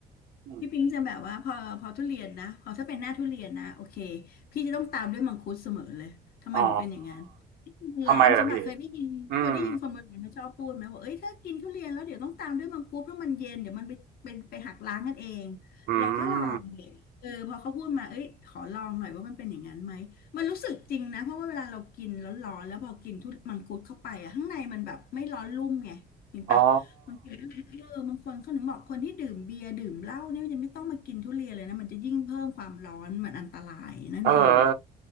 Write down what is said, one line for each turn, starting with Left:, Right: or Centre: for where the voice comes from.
Right: อืม
Left: พี่ปิ๊งจะแบบว่าพอพอทุเรียนนะพอถ้าเป็นหน้าทุเรียนนะโอเคพี่จะต้องตามด้วยมังคุดเสมอเลยทำไมถึงเป็นอย่างนั้น
Right: อ๋อ
Left: มนร้อนใช่ไหมเคยได้ยินเคยได้ยินคนโบราณเขาชอบพูดไหมว่าเอ้ยถ้ากินทุเรียนแล้วเดี๋ยวต้องตามด้วยมังคุดเพราะมันเย็นเดี๋ยวมันไปเป็นไปหักล้างกันเอง
Right: ทำไมล่ะพี่อืมอื
Left: เราก็ลองดิเออพอเขาพูดมาเอ้ยขอลองหน่อยว่ามันเป็นอย่างนั้นไหมมันรู้สึกจริงนะเพราะว่าเวลาเรากินแล้วร้อนแล้วพอกินทุมังคุดเข้าไปอะข้างในมันแบบไม่ร้อนลุ่มไงจริงปะบางคนเออบางคนเขาถึงบอกคนที่ดื่มเบียร์ดื่มเหล้าเนี่ยยังไม่ต้องมากินทุเรียนเลยนะมันจะยิ่งเพิ่มความร้อนมันอันตรายนั่นคือ
Right: มอ๋อเออเออ